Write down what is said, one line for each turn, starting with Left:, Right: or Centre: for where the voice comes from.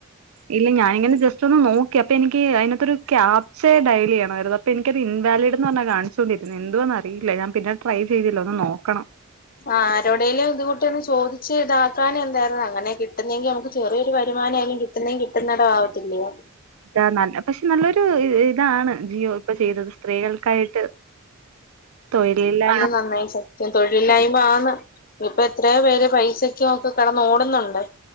Right: ഇല്ല ഞാനിങ്ങനെ ജ റ്റൊന്ന് നോക്കി അപ്പെനിക്ക് അയിനാത്തൊരു ക്യാപ്ച്ച ഡയല് ചെയ്യണമായിരുന്നു അപ്പൊ എനിക്കത് ഇൻവാലിഡ് എന്ന് പറഞ്ഞാ കാണിച്ചു കൊണ്ടിരുന്നേ എന്തുവാന്നറിയില്ല ഞാൻ പിന്നെ ട്രൈ ചെയ്തില്ല ഒന്ന് നോക്കണം
Left: ആഹ് ആരോടേലും ഇത് കൂട്ട് ഒന്ന് ചോദിച്ചു ഇതാക്കാനെന്തായിരുന്നു അങ്ങനെ കിട്ടുന്നെങ്കി നമുക്ക് ചെറിയൊരു വരുമാനായാലും കി ട്ടുന്നേം കിട്ടുന്നിടം ആവത്തില്ലയോ
Right: അതാ നല്ല പക്ഷെ നല്ലൊരു ഇതാണ് ജീയോ ഇപ്പ ചെയ്തത്. സ്ത്രീകൾക്കായിട്ട് തൊഴിലില്ലായ്
Left: അമേസിങ് തൊഴിലില്ലായ്മ ആന്ന് ഇപ്പ എത്രയോ പേര് പൈസക്കൊക്കെ കെടന്ന് ഓടുന്നുണ്ട്.